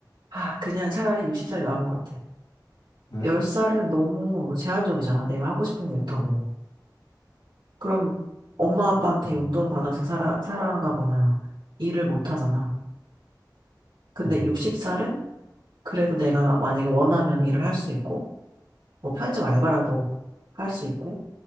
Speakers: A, on the right; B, on the left.
A: 아, 그냥 차라리 60살이 나은 것 같아.
B: 왜?
A: 10살은 너무 제한적이잖아. 내가 하고 싶은 거 못하고. 그럼 엄마 아빠한테
B: 어,
A: 용돈 받아서 살아, 살아가거나 일을 못 하잖아. 근데
B: 음.
A: 60살은 그래도 내가 만약에 원하면 일을 할 수 있고, 뭐 편의점 알바라도 할 수 있고,